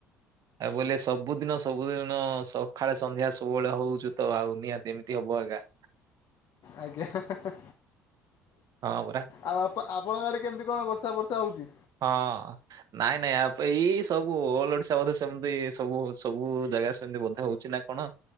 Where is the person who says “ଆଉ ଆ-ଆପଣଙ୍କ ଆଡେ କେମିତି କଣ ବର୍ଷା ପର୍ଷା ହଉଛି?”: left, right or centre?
Left